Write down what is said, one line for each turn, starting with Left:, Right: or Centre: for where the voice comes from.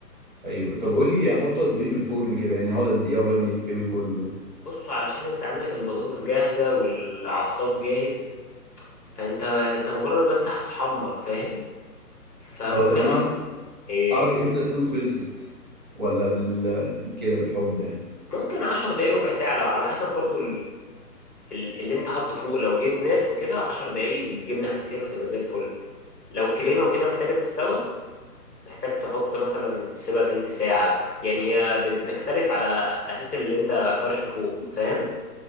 Right: ايوه طب قول لي احطه قد ايه في الفرن كده يعني يقعد قد ايه عقبال ما يستوي كله ده
Left: بص علشان انت عندك البطاطس جاهزة والعصاج جاهز فانت انت مجرد بس هتحمر فاهم فممكن
Right: اه طب انا اعرف
Left: ايه
Right: اعرف امتى تكون خلصت ولا بال كده بالحب يعني
Left: ممكن عشر دقايق ربع ساعة لو على حسب برضو ال- اللي انت حاطه فوق لو جبنات وكده 10 دقايق الجبنه هتسيح وتبقى زي الفل لو كريمه وكده محتاجه تستوى محتاج تحط مثلا تسيبها تلت ساعه يعني هي ب- بتختلف على اساس اللي انت فرشه فوق فاهم